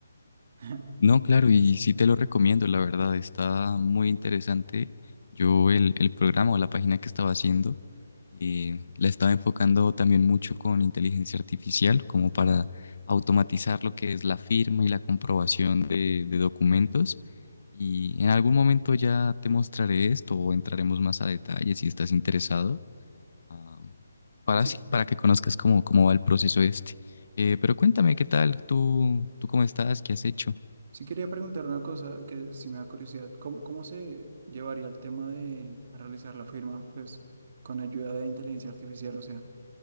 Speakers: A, on the right; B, on the left.
A: <laughs>
B: No, claro, y sí te lo recomiendo, la verdad, está muy interesante. Yo el, el programa o la página que estaba haciendo, eh, la estaba enfocando también mucho con inteligencia artificial, como para automatizar lo que es la firma y la comprobación de, de documentos. Y en algún momento ya te mostraré esto o entraremos más a detalle si estás interesado, ah, para
A: Sí,
B: sí, para que conozcas cómo, cómo va el proceso este. Eh, pero cuéntame, ¿qué tal? ¿Tú, tú cómo estás? ¿Qué has hecho?
A: sí quería preguntar una cosa que si me da curiosidad, ¿cómo, cómo se llevaría el tema de realizar la firma, pues, con ayuda de inteligencia artificial? O sea,